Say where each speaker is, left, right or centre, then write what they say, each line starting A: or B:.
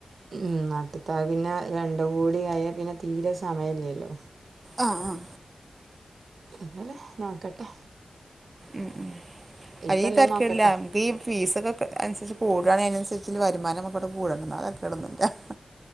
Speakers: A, on the right; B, on the right.
A: ഉം നാട്ടത്താ പിന്നെ രണ്ടും കൂടിയായ പിന്നെ തീരെ സമയംല്ലല്ലോ
B: ആഹ് ആഹ്
A: എന്നാല നോക്കട്ടെ
B: ഉം ഉ അ
A: കൊല്ലം
B: ഈ തരക്കമില്ല
A: നോക്കട്ടെ
B: ഒെ ഈ ഫീസൊക്കെ അനുസരിച്ച് കൂടവാണ അതിനനുസരിച് വരുമാനംക്കെ ട്ട് കൂടണം അതക്കെ ഇടുന്നുണ്ട് <inaudible>